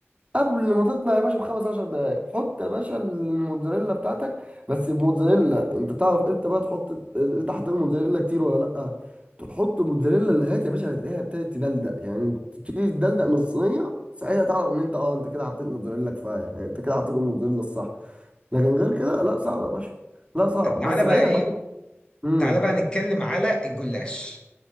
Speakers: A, on the right; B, on the left.
A: قبل ما تطلع يا باشا بخمس عشر دقايق حط يا باشا الموتزاريلا بتاعتك بس موتزاريلا انت تعرف امتى بقى تحط انت حطيت موتزاريلا كتير ولا لا تحط موتزاريلا لغايه يا باشا ما تلاقيها ابتدت تدلدق يعني تبتدي تدلدق من الصينيه ساعتها تعرف ان انت اه انت كده حطيت موتزاريلا كفايه يعني انت كده حطيت الموتزاريلا الصح لكن غير كده لا صعب يا باشا لا صعب
B: طب تعالى
A: بس
B: بقى
A: بعيده
B: ايه
A: بقى امم
B: تعالى بقى نتكلم على الجلاش